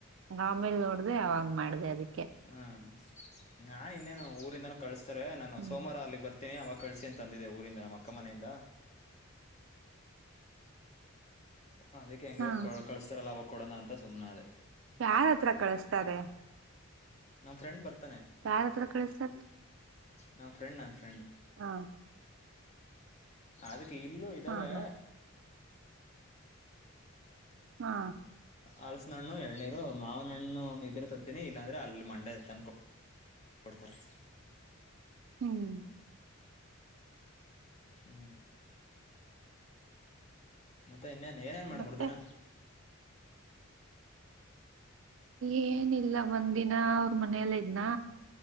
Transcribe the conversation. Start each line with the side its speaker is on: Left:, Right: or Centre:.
Right: ಆಮೇಲ್ ನೋಡ್ದ ಅವಾಗ್ ಮಾಡ್ದ ಅದಕ್ಕೆ.
Left: ಹ್ಮ. ನಾನ್ ಇನ್ನೇನು ಊರಿಂದನೂ ಕಳ್ಸ. ಸರ್ ನುೋಮವಾರ
Right: ಹ್ಮ್
Left: ಅಲ್ಲಿಗೆ ಬರ್ತೀನಿ ಅವಾಗ. ಕಳ್ಸಿ ಅಂತಂದಿದೆ ಊರಿಂದ ನಮ್ಮ ಅಕ್ಕ ಮನೆಯಿಂದ. ಹ್. ಅದಿಕ್ಕೆ ಹೆಂಗಿದರ
Right: ಹಾ
Left: ಕಳಸ್ತಾರಲ್ಲ ಅವ. ಕೊಡೋಣ ಅಂತ ಸುಮ್ಮನೆನ ಅೇ.
Right: ಯಾರ ಹತ್ರ ಕಳಸ್ತಾರೆ.
Left: ನಮ್ಮ ಫ್ರಂಡ್ರ್ತಾರೆ.
Right: ಯಾರ ಹತ್ರ ಕಳಿಸ್ತಾರೆ.
Left: ನನ್ನಫ್ರೆಂಡ ನನ್ನಫ್ರೆ್.
Right: ಹ
Left: ಅದಕ್ಕೆ. ಇಲ್ಲೂ ಇದಾವೆ.
Right: ಹಾ ಹಾ ಹಾ
Left: ಅಲಸ ನಣ್ಣು ಎಳ್ನೀರು ಮಾವನಣ್ಣು ಇದ್ರ ತತ್ತೀನಿ ಇಲ್ಲಾಂದ್ರೆ ಅಲ್ಲಿ ಮಂಡೆ ಹತ್ತನ್ ಕೊಡ್ತಾರೆ
Right: ಹ್ಮ್
Left: ಹ್ಮ ಮತ್ತೆ ಇನ್ನೇನ್ ಏನೇನ್ ಮಾಡಬಡ್ದಿನ
Right: ಮತ್ತೆ ಏನಿಲ್ಲ ಒಂದಿನ ಮನೇಲೆ ಇದ್ನಾ